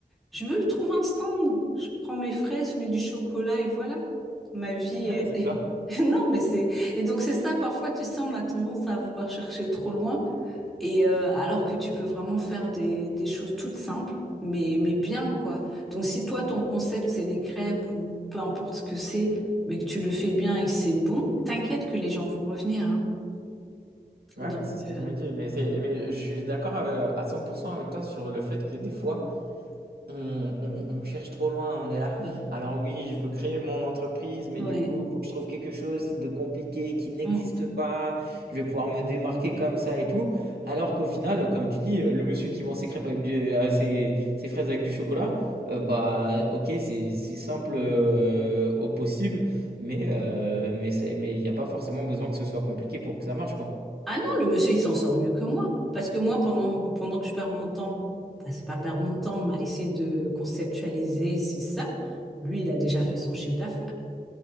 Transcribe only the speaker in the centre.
Je me trouve un stand, je prends mes fraises, je mets du chocolat et voilà. Ma vie
est...
<laughs> Non, mais c'est... Et donc c'est ça, parfois, tu sais, on a tendance à vouloir chercher trop loin, et euh, alors que tu peux vraiment faire des, des choses toutes simples, mais, mais bien, quoi. Donc si toi, ton concept, c'est les crêpes ou peu importe ce que c'est, mais que tu le fais bien et que c'est bon, t'inquiète que les gens vont revenir, hein. Donc,
euh,
ouais.
Ouais.
Ouais.
Mm.
Ah non, le monsieur, il s'en sort mieux que moi. Parce que moi, pendant, pendant que je perds mon temps, bah, c'est pas perdre mon temps, mais à essayer de conceptualiser, c'est ça. Lui, il a déjà fait son chiffre d'affaires,